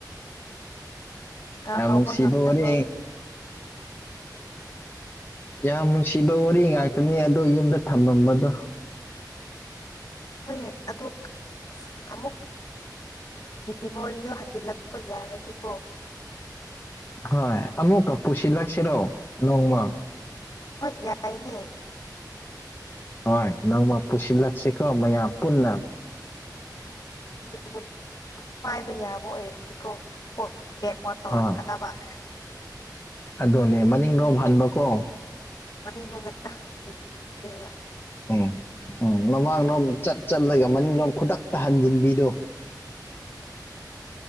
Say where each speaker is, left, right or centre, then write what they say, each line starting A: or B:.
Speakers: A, on the left; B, on the left.
A: ꯀꯥꯎꯕ
B: ꯌꯥꯝ ꯅꯨꯡꯁꯤꯕ
A: ꯉꯝꯗꯕ
B: ꯋꯥꯔꯤ ꯌꯥꯝ ꯅꯨꯡꯁꯤꯕ ꯋꯥꯔꯤ ꯉꯥꯛꯇꯅꯤ ꯑꯗꯣ ꯌꯨꯝꯗ ꯊꯝꯃꯝꯕꯗꯣ
A: ꯍꯣꯏ ꯑꯇꯣꯞ ꯑꯁ ꯑꯃꯨꯛ ꯃꯦꯃꯣꯔꯤꯗꯣ ꯍꯟꯖꯤꯜꯂꯛꯄ ꯌꯥꯔꯗꯤꯀꯣ
B: ꯍꯣꯏ ꯑꯃꯨꯛꯀꯥ ꯄꯨꯁꯤ ꯂꯥꯛꯁꯤꯔꯣ ꯅꯣꯡꯃ
A: ꯍꯣꯏ ꯌꯥꯏꯅꯦ
B: ꯍꯣꯏ ꯅꯣꯡꯃ ꯄꯨꯁꯤꯜꯂꯛꯁꯤꯀꯣ ꯃꯌꯥꯝ ꯄꯨꯟꯅ
A: <inaudible>
B: ꯍꯣꯏ ꯑꯗꯨꯅꯦ ꯃꯅꯤꯡ ꯗꯣꯝ ꯍꯟꯕꯀꯣ
A: ꯃꯅꯤꯡꯂꯣꯝꯗ ꯍꯦꯛꯇ ꯍꯟꯖꯤꯟꯕꯤꯕꯅꯦꯕ
B: ꯎꯝ ꯎꯝ ꯃꯃꯥꯡꯂ‌ꯣꯝ ꯆꯠ ꯆꯠꯂꯒ ꯃꯅꯤꯡꯂꯣꯝ ꯈꯨꯗꯛꯇ ꯍꯟꯖꯟꯕꯤꯗꯣ